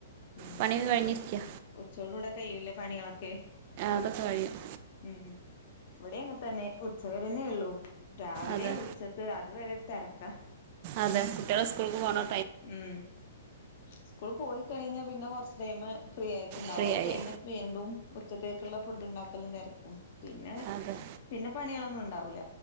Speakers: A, on the left (about 50°); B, on the right (about 40°).
A: ഉം
B: പണ്യൊക്കെ കഴിഞ്ഞിരിക്കാ.
A: ഉച്ചോടൂടെ കയ്യുല്ലേ പണ്യാളൊക്കെ.
B: അതൊക്കെ കഴിയും
A: മ് ഇവിടെ അങ്ങൻതന്നെ ഉച്ച വരെന്നേയൊള്ളൂ രാവിലെ
B: അതെ
A: ഉച്ച ക്ക് അത് വരെ തെരക്കാ.
B: അതെ കുട്ടിയാള് സ്കൂൾക്ക് പോണം
A: മ് സ്കൂൾ പോയ് കയ്ഞ്ഞാ പിന്നെ കൊർച്ച് ടൈം ഫ്രീയായ്ട്ട്ണ്ടാവും
B: ഫ്രീ
A: അത്
B: ആയി
A: കയ്ഞ്ഞ വീണ്ടും ഉച്ചത്തേക്ക്ള്ള ഫുഡ് ണ്ടാക്കലും തെര്ക്കും. പിന്നെ
B: അതെ
A: പിന്നെ, പണ്യാളൊന്നുണ്ടാവൂല,